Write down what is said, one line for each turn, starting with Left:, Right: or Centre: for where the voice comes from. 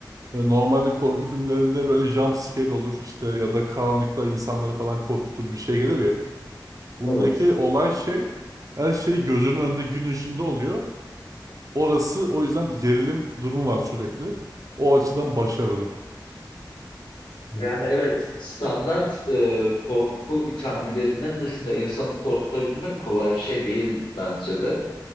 Right: E, Normalde korku filmlerinde böyle jump scare olur işte ya da karanlıkta insanları falan korkutur bir şey gelir ya. Bundaki
Left: Evet.
Right: olay şey her şey gözünün önünde gün ışığında oluyor. Orası o yüzden bir gerilim durumu var sürekli. O açıdan başarılı.
Left: Yani evet standart e, korku itemlerinden dışında insanı korkutabilmek kolay bir şey değil bence de.